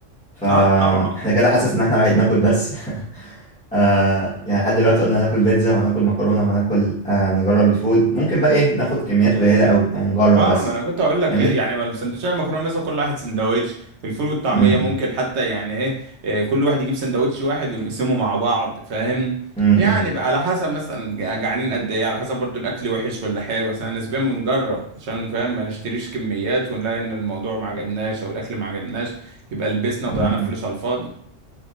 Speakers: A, in the centre; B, on the right.
A: فاحنا
B: اه طبعا
A: كده حاسس إن احنا رايحين ناكل بس <laughs> آه، يعني لحد دلوقتي قلنا هناكل بيتزا وهناكل مكرونة وهناكل آه، نجرب الفول ممكن بقى إيه ناخد كميات قليلة أوي يعني نجرب
B: اه
A: بس
B: ما انا كنت هقول لك
A: فاهمني؟
B: كده يعني ما السندوتشات المكرونه مثلا كل واحد سندوتش الفول والطعميه
A: م- م-
B: ممكن حتى يعني ايه إيه، كل واحد يجيب سندوتش واحد ونقسمه مع بعض فاهم
A: م-
B: يعني بقى على حسب مثلا جع- جعانين قد ايه على حسب برضو الاكل وحش ولا حلو بس انا نسبيا بنجرب عشان فاهم ما نشتريش كميات ونلاقي ان الموضوع ما عجبناش او الاكل ما عجبناش يبقى لبسنا وضيعنا
A: م- م-
B: فلوس على الفاضي